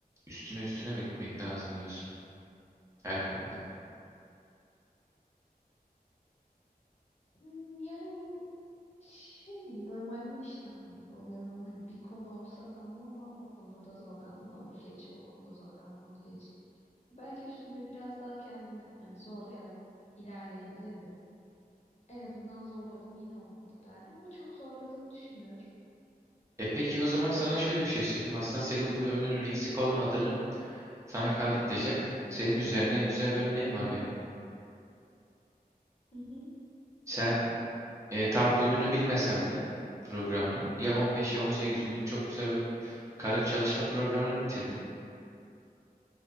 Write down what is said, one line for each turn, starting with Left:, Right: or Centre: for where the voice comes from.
Right: üstüne üstüne mi gitmek lazım diyorsun her konuda.
Left: Hmm, Yani şey gibi böyle maymun iştahlı gibi oluyorum ama hani bir konu olsa tamam ama o konuda zorlandın onu geç, o konuda zorlandın onu geç. Belki üstünde biraz daha kendimi hani zorlayarak ilerleyebilirdim. En azından zorladım yine olmadı derdim ama çok zorladığımı düşünmüyorum.
Right: E peki o zaman sana şöyle bir şey söyleyeyim. Aslında senin bu yönünün eksik olmadığını sana kanıtlayacak senin üzerinden güzel bir örneğim var benim.
Left: Hı hı.
Right: Sen e, tam gününü bilmesem de programının ya 15 ya 18 günlük çok güzel bir karın çalışma programını bitirdin.